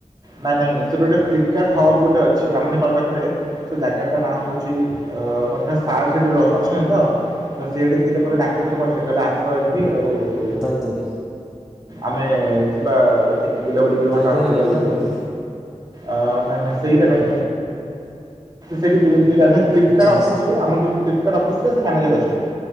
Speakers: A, on the right; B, in the centre.
A: ନାଇଁ ନାଇଁ ସେଟ ଗୋଟ ଫ୍ଲିପକାର୍ଟ ହବ୍ ଗୋଟ ଅଛି ବ୍ରାହ୍ମୁଣିପାଳ ପାଖରେ ସେ ଜାଗା ଟା ନାଁ ହଉଛି ମଧ୍ୟ ସାର୍ ସେଠି ଅଛନ୍ତି ତ? ତ ସେଠି ଥିଲେ ମତେ ଡାକିଥିଲେ ମଝିରେ କହିଲେ ଆସ ଏଇଠି ଆଉ। ହଁ
B: ଦଇତାରି।
A: ଆମେ ଯିବା ଏଠିକି ବୁଲାବୁଲି କରି
B: ଦଇଦାର
A: ଘଟ ଗାଆ ବୁଲାବୁଲି
B: ହିଲ୍ ଟପ୍
A: କରିବା।
B: କି
A: ଆ ନା ନା ସେଇଟା ନାଇଁ ସେଇଠି ଫ୍ଲିପକାର୍ଟ
B: ଆଚ୍ଛା
A: ଅଫିସ୍
B: ଆଚ୍ଛା
A: ଯଉ ଆମର ଯଉ ଫ୍ଲିପକାର୍ଟ ଅଫିସରେ ସେ ମ୍ୟାନେଜର ଅଛନ୍ତି